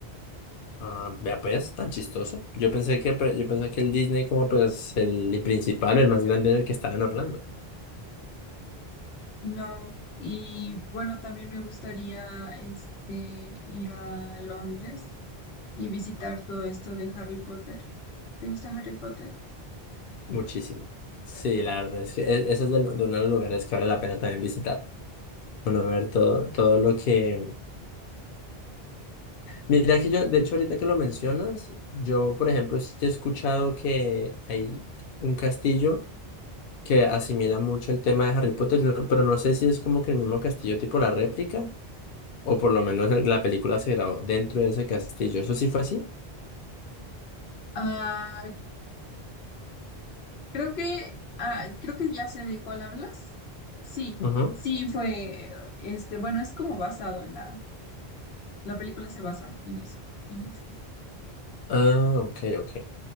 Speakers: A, on the left; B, on the left.
A: Ah, vea pues, tan chistoso. Yo pensé que, pre- yo pensé que el Disney como pues el principal, el más grande era el que estaba en Orlando.
B: no. Y bueno, también me gustaría este, ir a Londres y visitar todo esto de Harry Potter. ¿Te gusta Harry Potter?
A: Muchísimo. Sí, la verdad es que e- ese es de, lo- de uno de los lugares que vale la pena también visitar. Bueno, ver todo, todo lo que Mira que yo, de hecho, ahorita que lo mencionas, yo, por ejemplo, sí he escuchado que hay un castillo que asimila mucho el tema de Harry Potter, no- pero no sé si es como que el mismo castillo tipo la réplica, o por lo menos la película se grabó dentro de ese castillo. ¿Eso sí fue así?
B: Ah, creo que ah, creo que ya sé de cuál hablas. Sí,
A: Ajá.
B: sí fue este, bueno, es como basado en la la película se basa en eso, en ese castillo.
A: Ah, ok, ok.